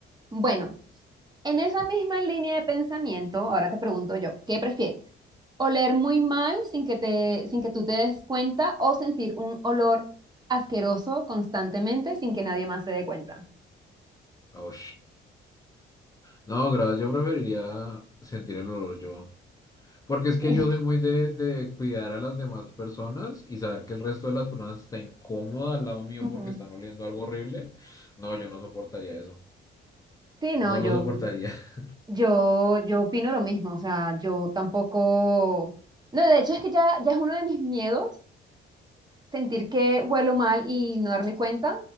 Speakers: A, on the right (about 20°); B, on the left (about 15°).
A: bueno, en esa misma línea de pensamiento, ahora te pregunto yo, ¿qué prefieres? ¿Oler muy mal sin que te, sin que tú te des cuenta o sentir un olor asqueroso constantemente sin que nadie más se dé cuenta?
B: Oh, No, gracias, yo preferiría sentir el olor yo. Porque es que
A: <laughs>
B: yo soy
A: Sí,
B: muy de, de cuidar a las demás personas y saber que el resto de las personas está incómoda al lado mío
A: Ujú.
B: porque están oliendo algo horrible. No, yo no soportaría eso.
A: Sí, no,
B: No
A: yo,
B: lo soportaría. <laughs>
A: yo, yo opino lo mismo, o sea, yo tampoco, no, de hecho es que ya, ya es uno de mis miedos sentir que huelo mal y no darme cuenta.